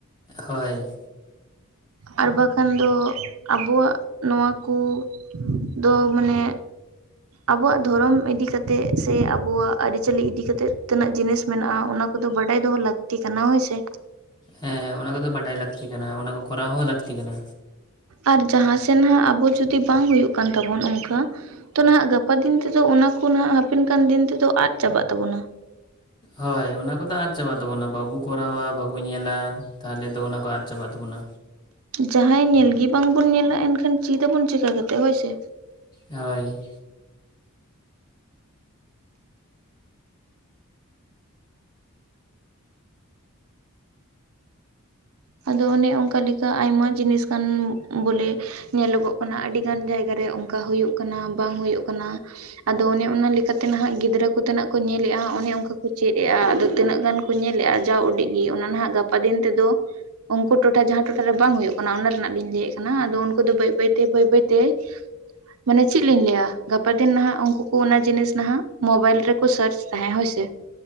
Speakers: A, on the left; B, on the right.
A: ᱦᱳᱭ᱾
B: ᱟᱨ ᱵᱟᱠᱷᱟᱱ ᱫᱚ ᱟᱵᱚᱣᱟᱜ ᱱᱚᱣᱟ ᱠᱚᱼᱼ ᱫᱚ ᱢᱟᱱᱮᱼᱼ ᱟᱵᱚᱣᱟᱜ ᱫᱷᱚᱨᱚᱢ ᱤᱫᱤ ᱠᱟᱛᱮᱜ ᱥᱮ ᱟᱵᱩᱣᱟᱜ ᱟᱹᱨᱤᱪᱟᱹᱞᱤ ᱤᱫᱤ ᱠᱟᱛᱮᱜ ᱛᱤᱱᱟᱹᱜ ᱡᱤᱱᱤᱥ ᱢᱮᱱᱟᱜᱼᱟ ᱚᱱᱟᱼᱼ ᱫᱚ ᱵᱟᱰᱟᱭ ᱫᱚᱦᱚ ᱞᱟᱹᱠᱛᱤ ᱠᱟᱱᱟ ᱦᱳᱭ ᱥᱮ
A: ᱦᱮᱸ ᱚᱱᱟ ᱠᱚᱫᱚ ᱵᱟᱰᱟᱭ ᱞᱟᱹᱠᱛᱤ ᱠᱟᱱᱟ, ᱚᱱᱟ ᱠᱚ ᱠᱚᱨᱟᱣ ᱦᱚᱸ ᱞᱟᱹᱠᱛᱤ ᱠᱟᱱᱟ᱾
B: ᱟᱨ ᱡᱟᱦᱟᱸ ᱥᱮᱱᱦᱟᱼᱜ ᱟᱵᱚ ᱡᱩᱫᱤ ᱵᱟᱝ ᱦᱩᱭᱩᱜ ᱠᱟᱱ ᱛᱟᱵᱚᱱ, ᱚᱱᱠᱟ ᱛᱚ ᱱᱟᱦᱟᱜ ᱜᱟᱯᱟ ᱫᱤᱱᱼᱼ ᱛᱮᱫᱚ ᱚᱱᱟ ᱠᱚ ᱱᱟᱜ ᱦᱟᱯᱤᱱ ᱠᱟᱱ ᱫᱤᱱ ᱛᱮᱫᱚ ᱟᱫ ᱪᱟᱵᱟᱜ ᱛᱟᱵᱚᱱᱟ᱾
A: ᱦᱳᱭ ᱚᱱᱟ ᱠᱚᱫᱚ ᱟᱫ ᱪᱟᱵᱟᱜ ᱛᱟᱵᱚᱱᱟ ᱵᱟᱵᱚ ᱠᱚᱨᱟᱣᱟ, ᱵᱟᱵᱚ ᱧᱮᱞᱟ, ᱛᱟᱦᱚᱞᱮ ᱫᱚ ᱚᱱᱟ ᱠᱚ ᱟᱫ ᱪᱟᱵᱟᱜ ᱛᱟᱵᱚᱱᱟ᱾
B: ᱡᱟᱦᱟᱸᱭ ᱧᱮᱞᱜᱮ ᱵᱟᱝ ᱵᱚᱱ ᱧᱮᱞᱟ, ᱮᱱᱠᱷᱟᱱ ᱪᱮᱫ ᱟᱵᱚᱱ ᱪᱮᱠᱟᱛ ᱦᱳᱭᱥᱮ?
A: ᱦᱳᱭᱼᱼ
B: ᱟᱫᱚ ᱚᱱᱮ ᱚᱱᱠᱟ ᱞᱮᱠᱟ ᱟᱭᱢᱟ ᱡᱤᱱᱤᱥ ᱠᱟᱱ ᱵᱚᱞᱮ ᱧᱮᱞᱚᱜᱚᱜ ᱠᱟᱱᱟ ᱟᱹᱰᱤᱜᱟᱱ ᱡᱟᱭᱜᱟᱨᱮ ᱚᱱᱠᱟ ᱦᱩᱭᱩᱜ ᱠᱟᱱᱟ, ᱵᱟᱝ ᱦᱩᱭᱩᱜ ᱠᱟᱱᱟ᱾ ᱟᱫᱚ ᱚᱱᱮ ᱚᱱᱟ ᱞᱮᱠᱟᱛᱮ ᱱᱟᱦᱟᱜ ᱜᱤᱫᱽᱨᱟᱹ ᱠᱚᱛᱮᱱᱟᱜ ᱠᱚ ᱧᱮᱞᱮᱫᱼᱟ, ᱚᱱᱮ ᱚᱱᱠᱟ ᱠᱚ ᱪᱮᱫ ᱮᱼᱟ ᱟᱫᱚ ᱛᱤᱱᱟᱹᱜ ᱜᱟᱱᱼᱼ ᱠᱚ ᱧᱮᱞᱼᱟ, ᱡᱟᱣ ᱩᱰᱤᱡ ᱜᱮ ᱚᱱᱟ ᱱᱟᱦᱟᱜ ᱜᱟᱯᱟ ᱫᱤᱱ ᱛᱮᱫᱚᱼᱼ ᱩᱱᱠᱩ ᱴᱚᱴᱷᱟ ᱡᱟᱦᱟᱸ ᱴᱚᱴᱷᱟᱨᱮ ᱵᱟᱝ ᱦᱩᱭᱩᱜ ᱠᱟᱱᱟ, ᱚᱱᱟ ᱨᱮᱱᱟᱜ ᱞᱤᱧ ᱞᱟᱹᱭᱮᱫ ᱠᱟᱱᱟ ᱟᱫᱚ ᱩᱱᱠᱩ ᱫᱚ ᱵᱟᱹᱭ ᱵᱟᱹᱭ ᱛᱮ ᱵᱟᱹᱭ ᱵᱟᱹᱭ ᱛᱮ ᱢᱟᱱᱮ ᱪᱮᱫ ᱞᱤᱧ ᱞᱟᱹᱭᱟ, ᱜᱟᱯᱟ ᱫᱤᱱ ᱱᱟᱦᱟᱜ ᱩᱱᱠᱩ ᱠᱚ ᱚᱱᱟ ᱡᱤᱱᱤᱥ ᱱᱟᱦᱟᱜ ᱢᱳᱵᱟᱭᱤᱞ ᱨᱮᱠᱚ ᱥᱟᱨᱪᱼᱼ ᱛᱟᱦᱮᱸ ᱦᱩᱭ ᱥᱮ